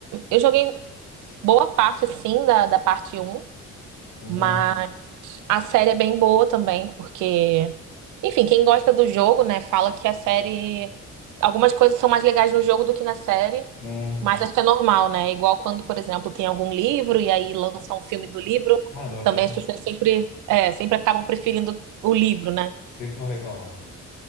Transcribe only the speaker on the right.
Eu joguei boa parte, assim, da, da parte um
mas a série é bem boa também, porque. Enfim, quem gosta do jogo, né, fala que a série. Algumas coisas são mais legais no jogo do que na série,
mas acho que é normal, né? É Igual quando, por exemplo, tem algum livro e aí lança um filme do livro,
também as pessoas sempre, é, sempre acabam preferindo o livro, né?